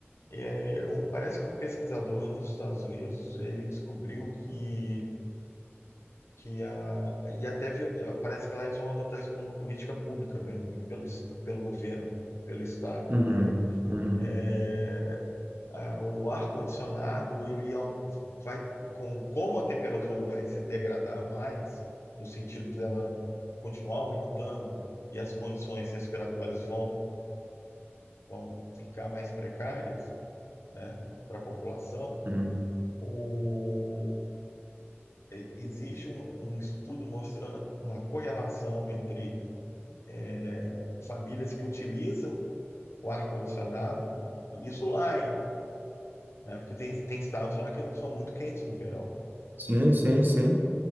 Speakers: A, on the left; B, on the right.
A: É, um- parece que um pesquisador nos Estados Unidos, ele descobriu que, que a, e até vi- eh, parece que lá eles vão adotar isso como política pública mesmo, pelo, est- pelo governo, pelo Estado,
B: uhum,
A: entendeu?
B: uhum,
A: É, a- o ar-condicionado, ele au- vai, com, como a temperatura vai se degradar mais, no sentido dela continuar aumentando e as condições respiratórias vão, vão ficar mais precárias, né, para a população,
B: uhum.
A: o, e- existe um, um estudo mostrando uma correlação entre é, famílias que utilizam o ar-condicionado, isso lá, hein? né? Porque tem, tem estados lá que são muito quentes no verão.
B: Sim, sim, sim.